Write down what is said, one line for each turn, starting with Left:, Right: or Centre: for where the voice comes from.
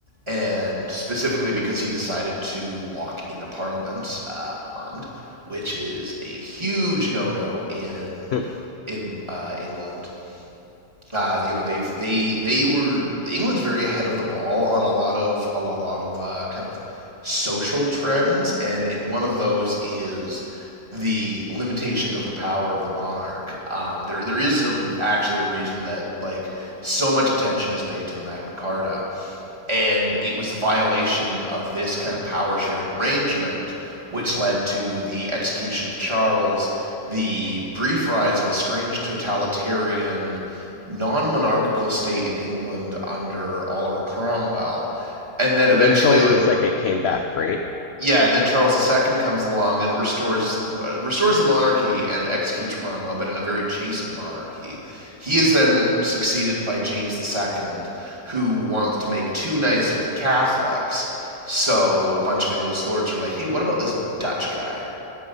Right: and specifically because he decided to walk into Parliament uh, armed, which is a huge no-no in
Left: Hmm.
Right: in uh, England uh, you know they've they they were England's very ahead of the ball on a lot of a lot of uh, kind of social trends, and and one of those is the limitations of the power of the monarch. Um, there there is a, actually a reason that like so much attention is paid to the Magna Carta and it was the violation of this kind of power sharing arrangement which led to the execution of Charles, the brief rise of a strange totalitarian non monarchical state in England under Oliver Cromwell, and then eventually
Left: But then Charles
Right: like
Left: II came back, right?
Right: yeah, and then Charles II comes along and restores uh, restores the monarchy and executes Cromwell, but in a very chastened monarchy. He is then succeeded by James II, who wants to make too nice with the Catholics. So a bunch of English lords are like, "Hey, what about this Dutch guy?"